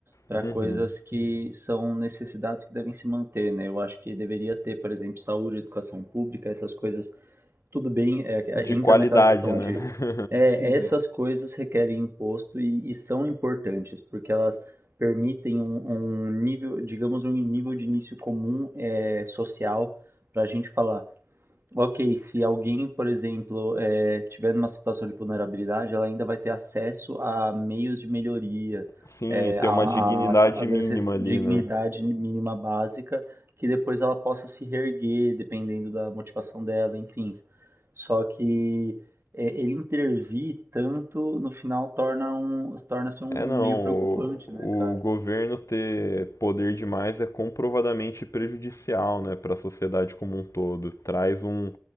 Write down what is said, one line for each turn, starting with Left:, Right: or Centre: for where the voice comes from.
Right: para
Left: Uhum.
Right: coisas que são necessidades que devem se manter, né? Eu acho que deveria ter, por exemplo, saúde, educação pública, essas coisas tudo bem, é, é,
Left: De
Right: entra
Left: qualidade,
Right: naquela questão
Left: né?
Right: de
Left: <laughs>
Right: é, essas coisas requerem imposto e, e são importantes, porque elas permitem um, um nível, digamos, um nível de início comum é, social para a gente falar, Ok, se alguém, por exemplo, eh, tiver numa situação de vulnerabilidade, ela ainda vai ter acesso a meios de melhoria,
Left: Sim,
Right: eh,
Left: e ter
Right: a,
Left: uma
Right: a,
Left: dignidade
Right: às
Left: mínima
Right: vezes,
Left: ali,
Right: dignidade
Left: né?
Right: mínima básica, que depois ela possa se reerguer, dependendo da motivação dela, enfim. Só que eh, ele intervir tanto, no final, torna um, torna-se um,
Left: É não,
Right: um meio preocupante,
Left: o,
Right: né, cara?
Left: o governo ter poder demais é comprovadamente prejudicial, né, para a sociedade como um todo. Traz um,